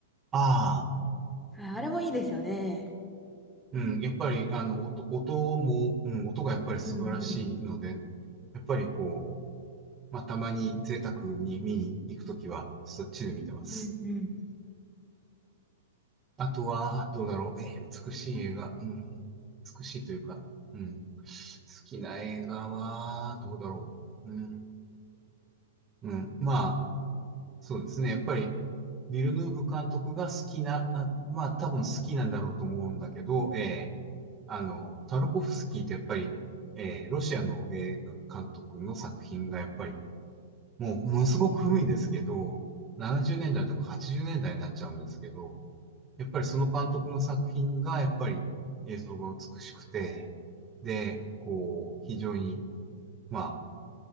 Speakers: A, on the right; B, in the centre.
A: ああ、
B: ああれもいいですよね。
A: うん。やっぱり、あの、音、音も、うん、音がやっぱり素晴らしいので、
B: うん
A: やっぱりこう、まあ、たまに贅沢に見に行くときは、そっちで見てます。
B: うん。うんうん。
A: あとは、どうだろう。えー美しい映画。うん。美しいというか、うん。好きな映画は、どうだろう。うん。うん。まあ、そうですね。やっぱり、ビルヌーブ監督が好きな、あ、まあ多分好きなんだろうと思うんだけど、えーあの、タルコフスキーってやっぱり、えーロシアの映画監督の作品がやっぱり、もうものすごく古いんですけど、70年代とか80年代になっちゃうんですけど、やっぱりその監督の作品がやっぱり映像が美しくて、で、こう、非常に、まあ、